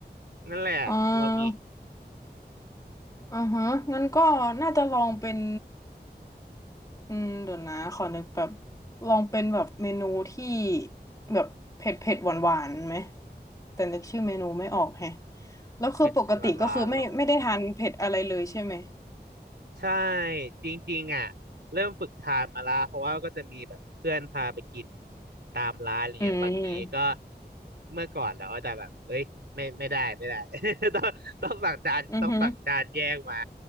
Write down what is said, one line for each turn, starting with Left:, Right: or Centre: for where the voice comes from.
Right: นั่นแหละพอมี
Left: อ่าอือฮะงั้นก็น่าจะลองเป็น อืมเดี๋ยวนะขอนึกแบบลองเป็นแบบเมนูที่แบบเผ็ดเผ็ดหวานหวานๆไหมแต่นึกชื่อเมนูไม่ออกแฮะแล้วคือปกติก็คือไม่ไม่ได้ทานเผ็ดอะไรเลยใช่ไหม
Right: เผ็ดหวานหวานหรอ ใช่จริงๆอ่ะเริ่มฝึกทานมาละเพราะว่าก็จะมีแบบเพื่อนพาไปกินตามร้านอะไรเงี้ยบางทีก็
Left: อืม
Right: เมื่อก่อนเราก็จะแบบเอ้ยไม่ไม่ได้ไม่ได้ <laughs> ต้องต้องสั่งจานต้องสั่งจานแยกมา
Left: อือหือ